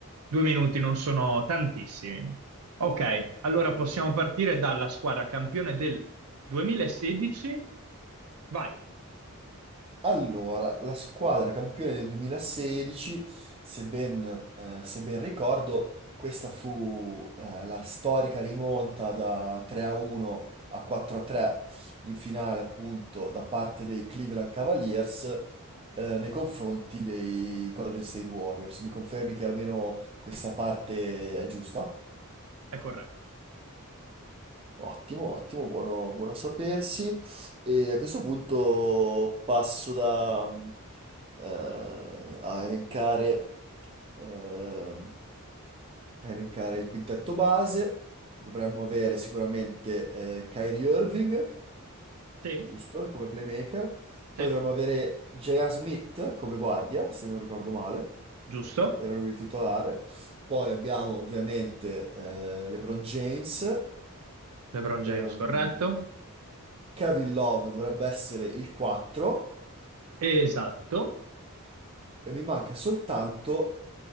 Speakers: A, on the right; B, on the right.
A: due minuti non sono tantissimi. Ok, allora possiamo partire dalla squadra campione del 2016, vai,
B: Allora, la squadra campione del 2016, se ben, eh, se ben ricordo, questa fu eh, la storica rimonta da 3 a 1 a 4 a 3 in finale, appunto, da parte dei Cleveland Cavaliers eh, nei confronti dei Golden State Warriors. Mi confermi che almeno questa parte è giusta?
A: è corretto.
B: Ottimo, ottimo, buono, buono a sapersi. E a questo punto passo da, mh, eh, a elencare, eh, a elencare il quintetto base. Dovremmo avere sicuramente eh, Kyrie Irving,
A: Sì,
B: giusto, come playmaker. Poi
A: sì,
B: dovremmo avere J.R. Smith come guardia, se non ricordo male,
A: giusto.
B: era lui il titolare. Poi abbiamo ovviamente eh, LeBron James.
A: LeBron James,
B: ehm,
A: corretto.
B: Kevin Love dovrebbe essere il 4
A: Esatto.
B: e mi manca soltanto